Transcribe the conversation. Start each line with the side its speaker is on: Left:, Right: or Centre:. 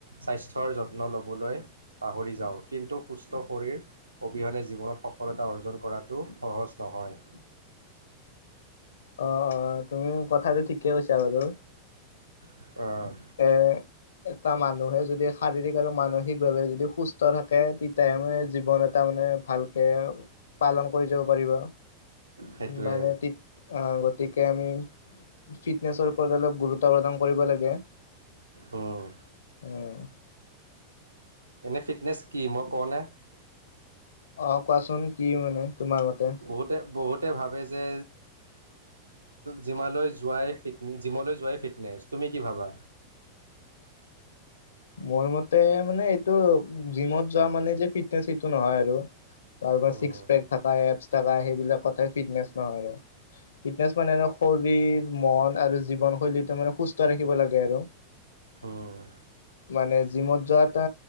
Right: স্বাস্থ্যৰ যত্ন ল'বলৈ পাহৰি যাওঁ কিন্তু সুস্থ শৰীৰ অবিহনে জীৱনত সফলতা অৰ্জন কৰাটো সহজ নহয়।
Left: অ আহ তুমি কথাটো ঠিকেই কৈছা বাৰু।
Right: অ'
Left: এ এটা মানুহে যদি শাৰীৰিক আৰু মানসিক যদি সুস্থ থাকে তেতিয়াহে মানে জীৱন এটা মানে ভালকে পালন কৰি যাব পাৰিব
Right: সেইটোৱে
Left: মানে গতিকে আমি ফিটনেচৰ ওপৰত অলপ গুৰুত্ব প্ৰদান কৰিব লাগে।
Right: উম,
Left: আহ।
Right: এনেই ফিটনেছ কি মই কওঁনে?
Left: অ কোৱাচোন কি মানে তোমাৰ মতে
Right: বহুতে বহুতে ভাবে যে জিমালৈ যোৱাই জিমলৈ যোৱাই ফিটনেছ তুমি কি ভাবা?
Left: মোৰ মতে মানে এইটো জিমত যোৱা মানে যে ফিটনেচ এইটো নহয় আৰু। কাৰোবাৰ
Right: উম
Left: ছিক্স পেক থকা এপছ থকা সেইবিলাক ফিটনেছ নহয় আৰু। ফিটনেচ মানে আৰু শৰীৰ মন আৰু জীৱন শৈলীটো মানে সুস্থ ৰাখিব লাগে আৰু।
Right: উম'।
Left: মানে জিমত যোৱা